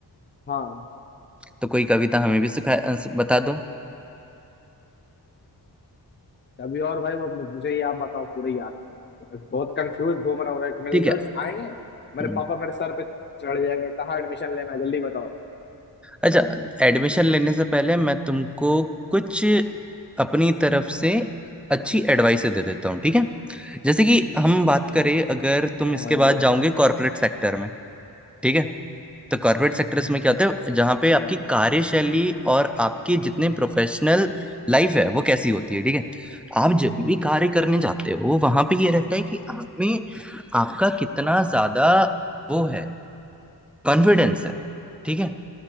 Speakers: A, on the left; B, in the centre.
A: हाँ
B: तो कोई कविता हमें भी सिखा अ, स- बता दो
A: अभी और भाई वो मुझे ये आप बताओ पूरे यार बहुत कंफ्यूज घूम रहा हूँ मैं कि मेरे
B: ठीक
A: रिजल्ट्स
B: है
A: आएंगे मेरे
B: हम्म,
A: पापा मेरे सर पे चढ़ जाएंगे कहाँ एडमिशन लेना है जल्दी बताओ
B: अच्छा एडमिशन लेने से पहले मैं तुमको कुछ अपनी तरफ से अच्छी एडवाइस दे देता हूँ ठीक है जैसे कि हम बात करें अगर तुम
A: हाँ
B: इसके
A: भाई बिल्कुल
B: बाद जाओगे कॉर्पोरेट सेक्टर में ठीक है तो कॉर्पोरेट सेक्टर्स में क्या होता है जहाँ पे
A: हम्म
B: आपकी कार्यशैली और आपकी जितने प्रोफेशनल लाइफ है वो कैसी होती है ठीक है आप जब भी कार्य करने जाते हो वहां पे ये रहता है कि आप में आपका कितना ज्यादा वो है कॉन्फिडेंस है ठीक है